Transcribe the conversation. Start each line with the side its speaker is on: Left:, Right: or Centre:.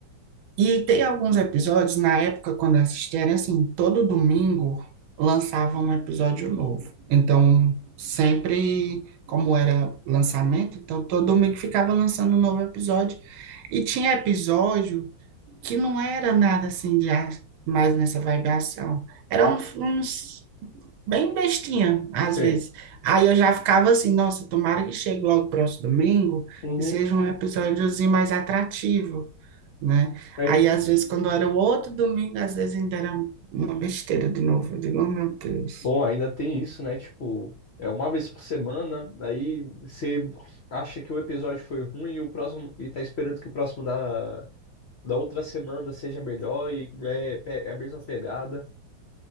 Right: E tem alguns episódios, na época, quando eu assistia, era assim, todo domingo lançava um episódio novo. Então, sempre, como era lançamento, então todo domingo ficava lançando um novo episódio. E tinha episódio que não era nada assim de a- mais nessa vibe ação. Era um- uns bem bestinha, às
Left: sei.
Right: vezes. Aí eu já ficava assim, nossa, tomara que chegue logo o próximo domingo
Left: Uhum.
Right: e seja um episódiozinho mais atrativo né?
Left: Aí-
Right: Aí, às vezes, quando era o outro domingo, às vezes ainda era uma besteira de novo. Eu digo, oh, meu Deus.
Left: Bom, ainda tem isso, né? Tipo, é uma vez por semana, aí você acha que o episódio foi ruim e o próximo e tá esperando que o próximo da, da outra semana seja melhor e é, é a mesma pegada.